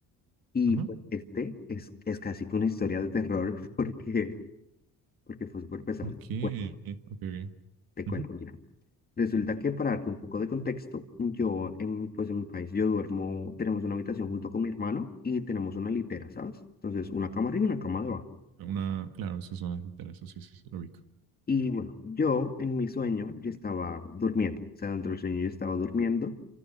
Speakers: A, on the left; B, on the right.
A: Y
B: Ajá,
A: pues este es, es casi que una historia de terror <laughs> porque, porque fue súper pesado.
B: ok,
A: Bueno,
B: ok, ok.
A: te cuento,
B: Ujú.
A: mira. Resulta que para darte un poco de contexto, yo en, pues en mi país yo duermo, tenemos una habitación junto con mi hermano y tenemos una litera, ¿sabes? Entonces, una cama arriba y una cama debajo.
B: Una, claro, esas son las literas, eso sí, sí, sí, lo ubico.
A: Y bueno, yo en mi sueño, yo estaba durmiendo, o sea, dentro del sueño yo estaba durmiendo